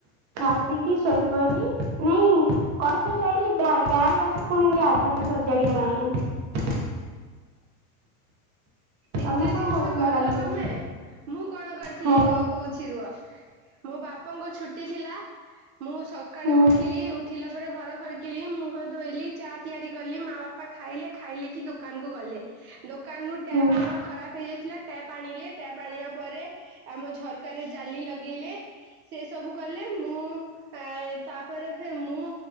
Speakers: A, on the right (about 35°); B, on the right (about 65°).
A: ଖାଇ ପିଇକି ଶୋଇପଡ଼ିଲି। ନାଇଁ କଲେଜ ଯାଇଲେ ଗାଁରୁ ଆସ ପୁଣି ଆଧାର କାର୍ଡ ସଜାଡିବା ପାଇଁ
B: ଏତେ
A: ତମେ କଣ
B: ଜିନିଷ
A: କରୁଥିଲ
B: କଲ
A: କାଲି ସବୁ?
B: ତମେ? ମୁଁ କଣ କରିଥିଲି
A: ହଁ
B: କୁହ କହୁଛି ରୁହ ମୋ ବାପାଙ୍କ ଛୁଟି ଥିଲା ମୁଁ ସକାଳେ
A: ହୁଁ
B: ଉଠିଲି ଉଠିଲା ପରେ ଘର ଖରକିଲି ମୁହ ଧୋଇଲି ଚା ତିଆରି କଲି ମା ବାପା ଖାଇଲେ ଖାଇଲେ କି ଦୋକାନୁ ଗଲେ ଦୋକାନ ଟ୍ୟାପ୍
A: ହୁଁ
B: ଆମର ଖରାପ ହେଇଯାଇଥିଲା ଟ୍ୟାପ୍ ଆଣିଲେ ଟ୍ୟାପ୍ ଆଣିବା ପରେ ଆମ ଝରକାରେ ଜାଲି ଲଗେଇଲେ। ସେ ସବୁ କଲେ ମୁଁ ଏଁ ତାପରେ ମୁଁ